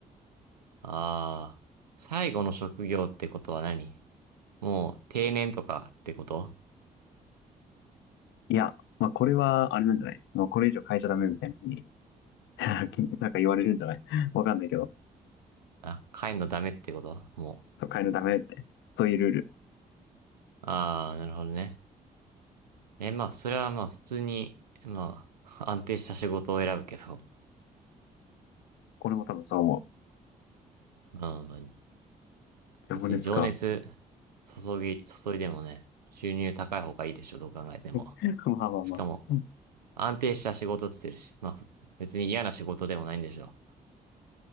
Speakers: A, on the right; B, on the left.
A: ああ、最後の職業ってことは何もう定年とかってこと
B: いや、まあ、これは、あれなんじゃないもうこれ以上変えちゃダメみたいなふうに <laughs> なんか言われるんじゃないわかんないけど、
A: あ、帰んのダメってことも
B: そう変えるのダメって。そういうルール。
A: う。ああ、なるほどね。え、まあ、それはまあ普通に、まあ、<laughs> 安定した仕事を選ぶけど。
B: 俺も多分そう思う。
A: うん、まあ
B: 情熱か。
A: 別に情熱注ぎ、注いでもね、収入高い方がいいでしょ、どう考えても。
B: <laughs> まあまあまあ。
A: しかも、安定した仕事っつってるし、まあ、別に嫌な仕事でもないんでしょ。